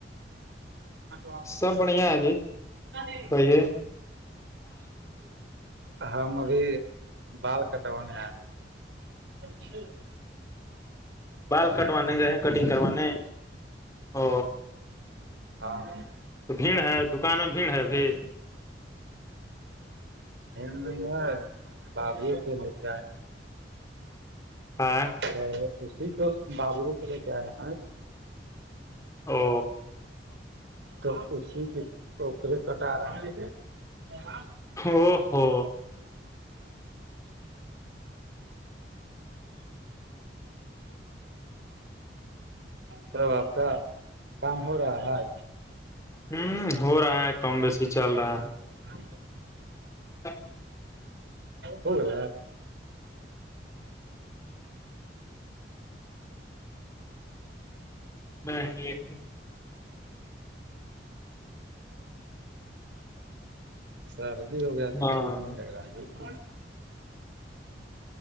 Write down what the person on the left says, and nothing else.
سب
بڑھیا ہے جی
کہیے
بال کٹونے گ کٹنگ کرنے ا
تو بھیڑ ہے دکان میں بھیڑ ہے بھی
آاں
او
ہو ہو
ہوں ہو رہا ہے کم بیسی چل رہا ہے
ہاں
میں یہ
ہاں